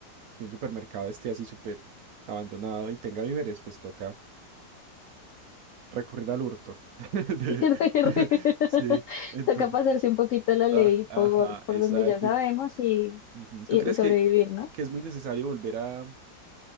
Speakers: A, on the right (about 70°); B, on the left (about 80°).
A: que un supermercado esté así súper abandonado y tenga víveres, pues toca recurrir al hurto. <laughs> De-
B: <laughs>
A: <laughs> sí, entonces,
B: Toca pasarse un poquito la ley
A: ah, ajá,
B: por, por
A: exacto.
B: donde ya sabemos
A: y-
B: y,
A: ujú. ¿Tú
B: y-
A: crees
B: y sobrevivir,
A: que,
B: ¿no?
A: que es muy necesario volver a,